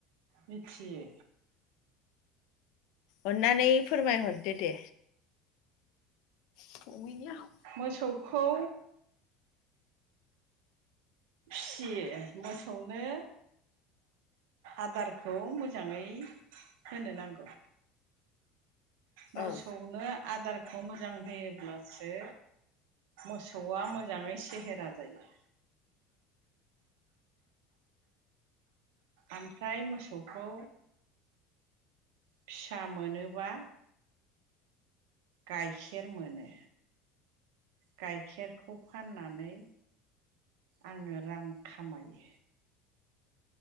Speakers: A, on the right (about 80°); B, on the left (about 70°).
A: मिथियो।
B: अननानै फोरमायहरदो दे। <unintelligible>
A: मोसौखौ फियो मोसौनो आदारखौ मोजाङै होनो नांगौ। मोसौनो
B: औ
A: आदारखौ मोजां होयोब्लासो मोसौआ मोजाङै सेहेरा जायो। आमफ्राय मोसौखौ फिसा मोनोब्ला गाइखेर मोनो। गाइखेरखौ फाननानै आङो रां खामायो।